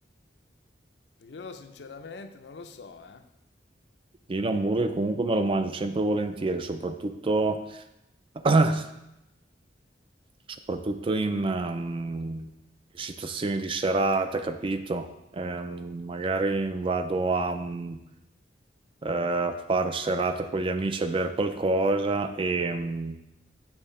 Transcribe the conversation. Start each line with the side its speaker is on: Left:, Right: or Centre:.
Left: perché io sinceramente non lo so, eh.
Right: Io l'hamburger comunque me lo mangio sempre volentieri, soprattutto, <clears throat> soprattutto in ehm, situazioni di serata, capito? Ehm, magari vado a mh, eh, fare serata con gli amici a bere qualcosa e, mh,